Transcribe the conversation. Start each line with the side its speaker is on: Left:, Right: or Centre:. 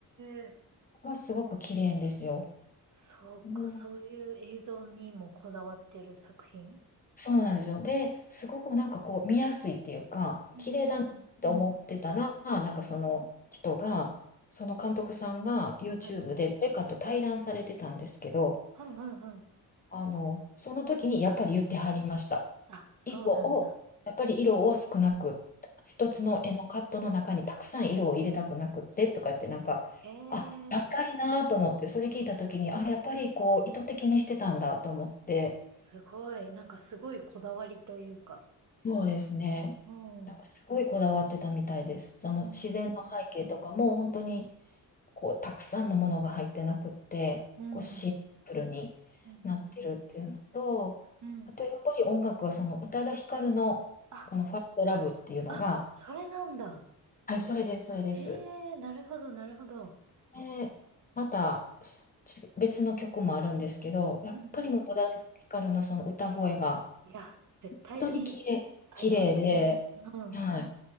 Right: えー。
Left: これはすごく綺麗ですよ。
Right: そうか、
Left: うん
Right: そういう映像にもこだわってる作品
Left: そうなんですよ。で、すごくなんかこう見やすいっていうか、
Right: うんうんうん
Left: 綺麗だなって思ってたら、なんかその人が、
Right: うん
Left: その監督さんが YouTube
Right: はい。
Left: で誰かと対談されてたんですけど、
Right: はいはいはい。
Left: あの、その時にやっぱり言ってはりました。
Right: あ、そうなんだ。
Left: 色を、やっぱり色を少なく、一つの絵のカットの中にたくさん色を入れたくなくってとかってなんか、
Right: ええ
Left: あ、やっぱりなと思って、
Right: ー
Left: それ聞いた時に、あ、やっぱりこう意図的にしてたんだと思って、
Right: すごい。なんかすごいこだわりというか。
Left: そうですね。
Right: うん。
Left: なんかすごいこだわってたみたいです。
Right: うん
Left: その自然の背景とかも本当に
Right: うん
Left: こうたくさんのものが入ってなくって、
Right: うん。
Left: こうシンプルになってるっていうのと、
Right: うん。うんうんうん。うん。
Left: あとやっぱり音楽はその宇多田ヒカルのこの「ファイトラブ」っていうのが、
Right: あ、あ、それなんだ。
Left: はい、それです、それです。
Right: へえ、なるほどなるほど。
Left: で、またすち別の曲もあるんですけど、やっぱりもう宇多田ヒカルのその歌声が
Right: うんうんうん。いや、絶対に
Left: 本当に綺麗、
Right: 合いますね。
Left: 綺麗で、
Right: うん。
Left: はい。